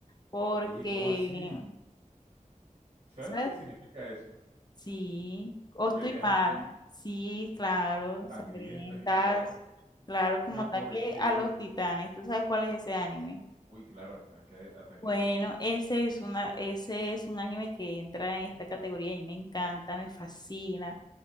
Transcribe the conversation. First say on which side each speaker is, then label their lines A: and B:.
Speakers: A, on the left; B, on the right.
A: Porque,
B: oye, ¿cómo así? ¿Sabes
A: ¿sabes?
B: lo que significa eso?
A: Sí, o estoy
B: Peleas
A: mal.
B: así,
A: Sí, claro,
B: sangrientas
A: sangrientas.
B: y toda la cosa.
A: Claro, como
B: Pero
A: ataque
B: ¿por qué?
A: a los titanes. ¿Tú sabes cuál es ese anime?
B: Uy, claro, ataque, ataque
A: Bueno,
B: de titanes
A: ese es
B: es...
A: una, ese es un anime que entra en esta categoría y me encanta, me fascina.